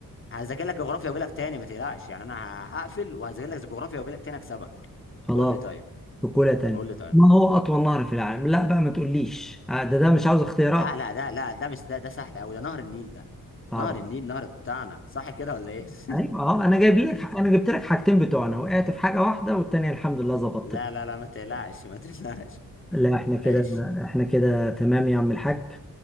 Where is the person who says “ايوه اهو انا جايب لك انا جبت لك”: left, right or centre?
Centre